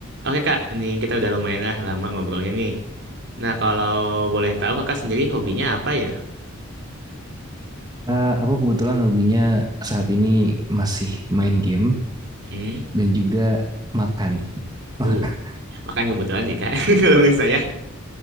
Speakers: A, on the right; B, on the right.
A: Oke kak, ini kita udah lumayan lah lama ngobrolnya nih. Nah kalau boleh tahu kakak sendiri hobinya apa ya?
B: Eh, aku kebetulan hobinya saat ini masih main game
A: Hmm,
B: dan juga makan. <laughs>
A: uh, makan kebetulan sih kak, <laughs> kalau menurut saya.